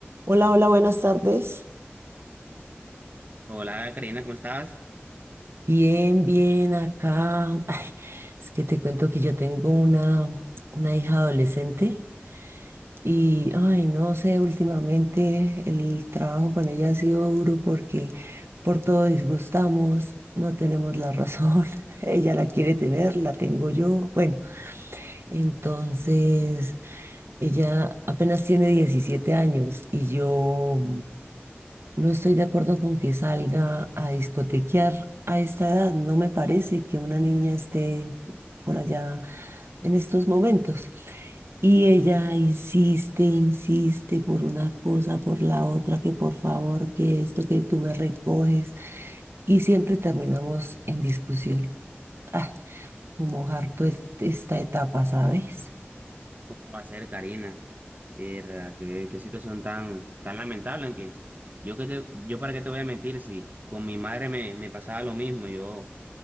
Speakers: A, on the right (about 70°); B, on the right (about 40°).
A: Hola, hola, buenas tardes.
B: Hola Karina, ¿cómo estás?
A: Bien, bien, acá. <laughs> Ay, es que te cuento que yo tengo una, una hija adolescente y, ay, no sé, últimamente el trabajo con ella ha sido duro porque por todo disgustamos, no tenemos la razón. <laughs> Ella la quiere tener, la tengo yo. Bueno, entonces ella apenas tiene 17 años y yo. No estoy de acuerdo con que salga a discotequear a esta edad. No me parece que una niña esté por allá en estos momentos. Y ella insiste, insiste por una cosa, por la otra, que por favor, que esto, que tú me recoges. Y siempre terminamos en discusión. Ah, como harto es- esta etapa, ¿sabes?
B: ¿Cómo va a ser Karina? Eh, verdad, qué, qué situación tan, tan lamentable, aunque yo que te- yo para qué te voy a mentir si con mi madre me, me pasaba lo mismo. Yo, o